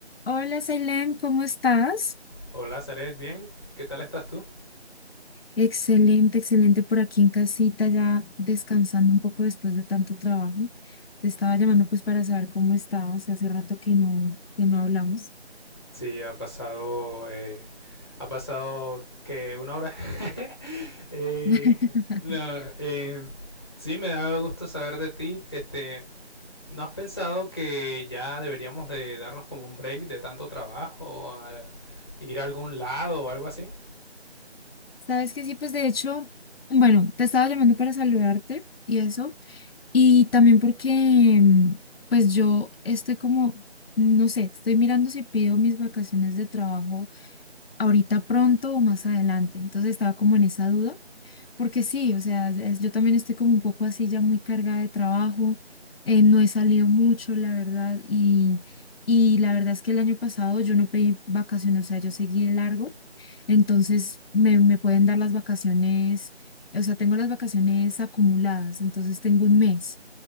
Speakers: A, on the left; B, on the left.
A: Hola, Selene, ¿cómo estás?
B: Hola, Zaret, bien. ¿Qué tal estás tú?
A: Excelente, excelente por aquí en casita, ya descansando un poco después de tanto trabajo. Te estaba llamando pues para saber cómo estabas, hace rato que no, que no hablamos.
B: Sí, ha pasado, eh, ha pasado que una hora. <laughs> Eh,
A: <laughs>
B: no, eh, sí, me da gusto saber de ti. Este, ¿no has pensado que ya deberíamos de darnos como un break de tanto trabajo, a- ir a algún lado o algo así?
A: Sabes que sí, pues de hecho, bueno, te estaba llamando para saludarte y eso, y también porque mm, pues yo estoy como, no sé, estoy mirando si pido mis vacaciones de trabajo ahorita pronto o más adelante, entonces estaba como en esa duda. porque sí, o sea, ya es- yo también estoy como un poco así ya muy cargada de trabajo, eh, no he salido mucho, la verdad, y, y la verdad es que el año pasado yo no pedí vacaciones, o sea, yo seguí de largo, entonces me, me pueden dar las vacaciones, o sea, tengo las vacaciones acumuladas, entonces tengo un mes.